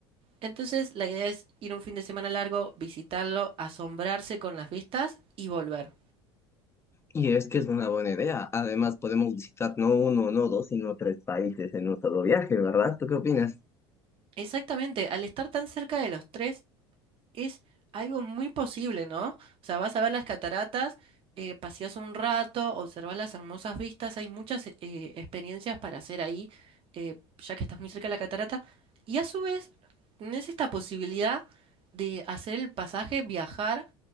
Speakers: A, on the right (about 45°); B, on the left (about 20°).
A: Entonces, la idea es ir un fin de semana largo, visitarlo, asombrarse con las vistas y volver.
B: Y es que es una buena idea, además podemos visitar no uno, no dos, sino tres países en un solo viaje, ¿verdad? ¿Tú qué opinas?
A: Exactamente, al estar tan cerca de los tres, Es algo muy posible, ¿no? O sea, vas a ver las cataratas, eh, paseas un rato, observas las hermosas vistas, hay muchas eh, experiencias para hacer ahí, eh, ya que estás muy cerca de la catarata, y a su vez tenés esta posibilidad de hacer el pasaje, viajar